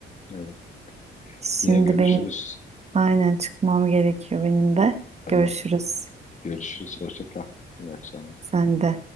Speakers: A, on the left; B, on the right.
A: Evet.
B: Şimdi
A: Yine görüşürüz.
B: benim Aynen çıkmam gerekiyor benim de.
A: Tamam.
B: Görüşürüz.
A: Görüşürüz. Hoşça kal. İyi akşamlar.
B: Sen de.